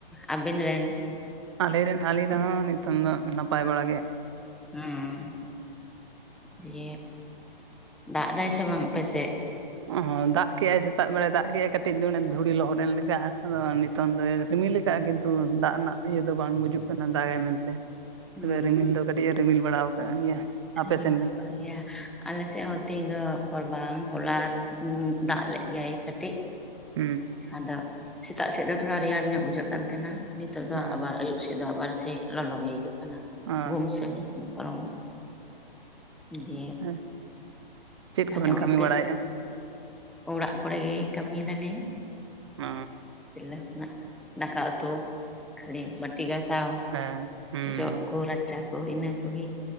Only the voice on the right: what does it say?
ᱟᱞᱮᱨᱮᱱ ᱟᱞᱮᱨᱮᱱ ᱦᱚᱸ ᱱᱤᱛᱚᱝ ᱫᱚ ᱱᱟᱯᱟᱭ ᱵᱟᱲᱟ ᱜᱮ᱾
ᱚ ᱫᱟᱜ ᱠᱮᱫᱼᱟᱭ ᱥᱮᱛᱟᱜ ᱵᱮᱲᱟᱭ ᱫᱟᱜ ᱠᱮᱫᱟᱭ ᱠᱟᱹᱴᱤᱡ ᱫᱚ ᱫᱷᱩᱲᱤ ᱞᱚᱦᱚᱫ ᱮᱱ ᱞᱮᱠᱟ ᱟᱫᱚ᱾ ᱱᱤᱛᱚᱱ ᱫᱚ ᱨᱤᱢᱤᱞ ᱠᱟᱜᱼᱟ ᱠᱤᱱᱛᱩ ᱫᱟᱜ ᱨᱮᱱᱟᱜ ᱤᱭᱟᱹ ᱫᱚ ᱵᱟᱝ ᱵᱩᱡᱩᱜ ᱠᱟᱱᱟ ᱫᱟᱜᱟᱭ ᱢᱮᱱᱛᱮ᱾
ᱛᱚᱵᱮ ᱨᱤᱢᱤᱞ ᱫᱚ ᱠᱟᱹᱴᱤᱡ ᱮ ᱨᱤᱢᱤᱞ ᱵᱟᱲᱟᱣ ᱟᱠᱟᱫ ᱜᱮᱭᱟ᱾ ᱟᱯᱮ
ᱥᱮᱱ
ᱜᱮ
ᱦᱩᱸ
ᱦᱮᱸ
ᱚ
ᱦᱮᱸ ᱪᱮᱫ ᱠᱚᱵᱮᱱ
ᱠᱟᱹᱢᱤ ᱵᱟᱲᱟᱭᱮᱫᱼᱟ?
ᱚᱻ
ᱦᱮᱸ ᱦᱩᱸ